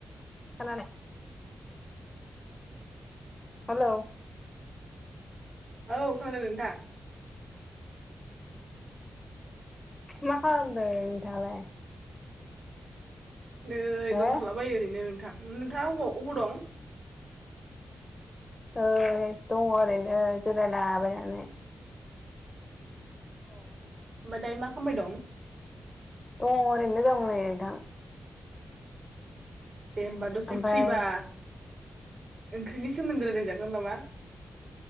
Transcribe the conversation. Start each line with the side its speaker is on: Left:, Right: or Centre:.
Left: खोनादों। हेलौ
Right: औ खोनादों नोंथां।
Left: मा खालामदों नोंथां आलाय?
Right: नै
Left: हो
Right: दोनथ'लाबायो ओरैनो नोंथां। नोंथाङा अबाव अबाव दं?
Left: ओ दङ ओरैनो जिरायलाबायनानै।
Right: अ ओमबा दायो मा खामबाय दं
Left: दङ ओरैनो दङ नै नोंथां।
Right: दे होमबा दसे
Left: ओमफ्राय
Right: फ्रिबा ओंख्रिनि सोमोन्दै रायलायजागोन नामा।